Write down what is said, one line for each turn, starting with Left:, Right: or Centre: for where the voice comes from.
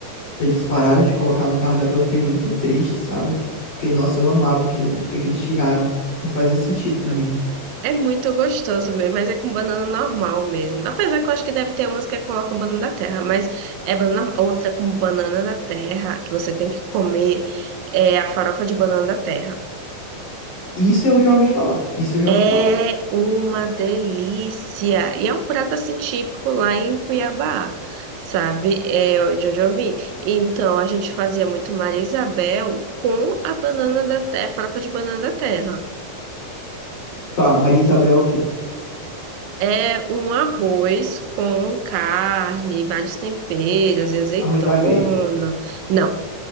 Left: eles pararam de colocar no cardápio, eu fiquei muito triste, sabe? Fiquei, nossa, eu amava aquilo. Por que que eles tiraram? Não fazia sentido pra mim.
Right: É muito gostoso mesmo, mas é com banana normal mesmo. Apesar que eu acho que deve ter umas que é com com banana da terra, mas é banana, outra com banana da terra, que você tem que comer, é a farofa de banana da terra.
Left: Isso eu já ouvi falar. Isso eu já
Right: É
Left: ouvi falar.
Right: uma delícia! E é um prato assim típico lá em Cuiabá, sabe? É de onde eu vim. Então a gente fazia muito Maria Isabel com a banana da terra, farofa de banana da terra.
Left: Tá, Maria Isabel, ok.
Right: É um arroz com carne, vários temperos, azeitona.
Left: Arroz à grega.
Right: Não,